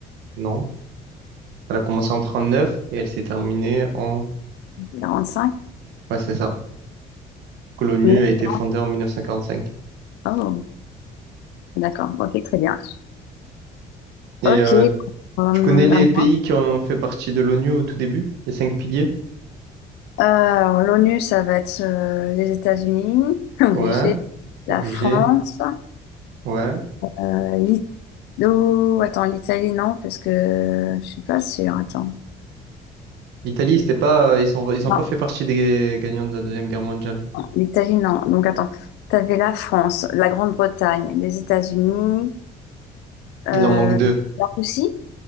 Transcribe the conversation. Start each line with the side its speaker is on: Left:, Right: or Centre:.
Right: Non. Elle a commencé en 39 et elle s'est terminée en...
Left: 45,
Right: Ouais, c'est ça. Que L'ONU
Left: 19
Right: a été fondée en 1945.
Left: oh, d'accord, ok, très bien.
Right: Et
Left: Ok,
Right: euh,
Left: hum,
Right: tu connais les
Left: à
Right: pays
Left: moi.
Right: qui ont fait partie de l'ONU au tout début? Les cinq piliers?
Left: Euh, alors l'ONU, ça va être euh, les États-Unis, <laughs> obligé,
Right: Ouais,
Left: la
Right: obligé.
Left: France,
Right: Ouais.
Left: Euh, l'I- oh, attends, l'Italie, non, parce que je suis pas sûre. Attends.
Right: L'Italie, c'était pas, euh, ils sont, ils ont
Left: Non,
Right: pas fait partie des gagnants de la Deuxième Guerre mondiale.
Left: non, l'Italie, non. Donc, attends. T'avais la France, la Grande-Bretagne, les États-Unis, euh,
Right: Il en manque deux.
Left: la Russie,